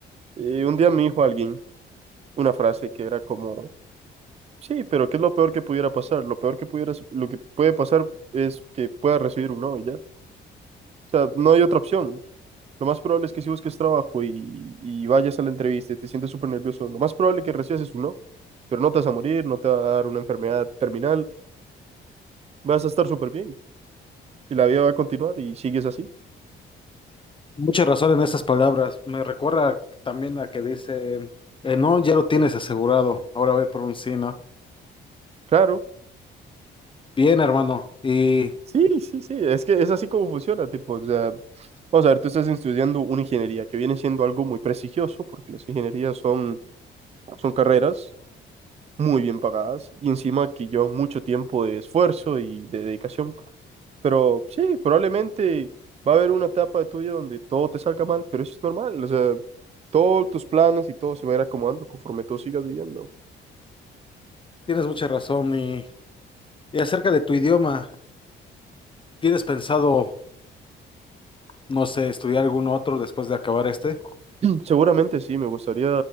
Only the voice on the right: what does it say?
eh, un día me dijo alguien una frase que era como, sí, pero ¿qué es lo peor que pudiera pasar? Lo peor que pudiera, lo que puede pasar es que puedas recibir un no y ya. O sea, no hay otra opción. Lo más probable es que si busques trabajo y, y vayas a la entrevista y te sientes súper nervioso, lo más probable que recibas es un no, pero no te vas a morir, no te va a dar una enfermedad terminal, vas a estar súper bien y la vida va a continuar y sigues así.
Claro.
Sí, sí, sí, es que es así como funciona, tipo, o sea, vamos a ver, tú estás estudiando una ingeniería que viene siendo algo muy prestigioso, porque las ingenierías son, son carreras muy bien pagadas y encima que llevan mucho tiempo de esfuerzo y de dedicación, pero sí, probablemente va a haber una etapa de tu vida donde todo te salga mal, pero eso es normal, o sea, todos tus planes y todo se va a ir acomodando conforme tú sigas viviendo.
Seguramente sí, me gustaría